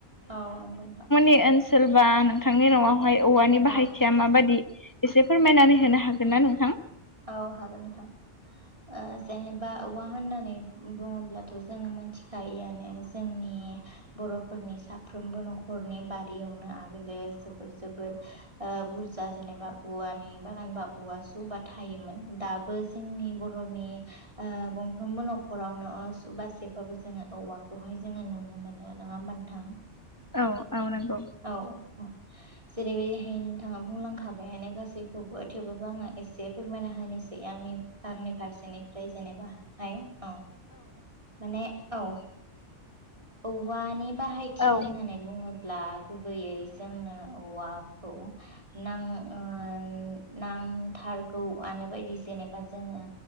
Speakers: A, on the right; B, on the left.
A: औ नंगौ नोंथां।
B: बे ओनसोल बा नोंथांनि न'आवहाय औवानि बाहायथिया
A: औ
B: माबादि? एसे फोरमायनानै होनो हागोन ना नोंथां?
A: औ हागोन नोंथां। ओ जेनेबा औवा होननानै बुङोब्लाथ' जोङो मोनथिखायोआनो जोंनि नि बर'फोरनि साफ्रोमबो न'खरनि बारियावनो आगोलो जोबोर जोबोर ओ बुरजा जेनेबा औवानि बागान बा औवा सुबा थायोमोन दाबो जोंनि बर'नि ओ गंफ्रोमबो न'खरावनो सुबासे बाबो जोङो औवाखौहाय जोङो नुनो मोनो नङा होमब नोंथां?
B: औ औ नंगौ।
A: औ औ जेरैबायदिहाय नोंथाङा बुंलांखाबायानो गासैखौबो थेवबाबो आङो एसे फोरमायना होनि सै आंनि आंनि फारसेनिफ्राय जेनेबा हाय औ माने औ औवानि बाहायथि
B: औ
A: होननानै बुङोब्ला गुबैयै जोंनो औवा औ नां ओ नांथारगौ आनो बायदि जेनेबा जोङो